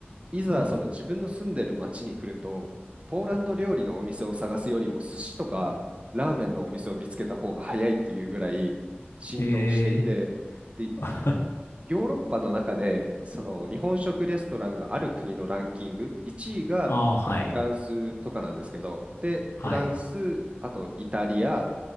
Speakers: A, on the right (about 30°); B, on the left (about 85°).
A: いざその自分の住んでる町に来ると、
B: うん。
A: ポーランド料理のお店を探すよりも寿司とかラーメンのお店を見つけた方が早いっていうぐらい浸透していて、
B: え
A: で、
B: え。<laughs>
A: ヨーロッパの中でその日本食レストランがある国のランキング、1位がフランスとかなんですけど、
B: ああ、はい。
A: で、フランス、
B: はい。
A: あとイタリア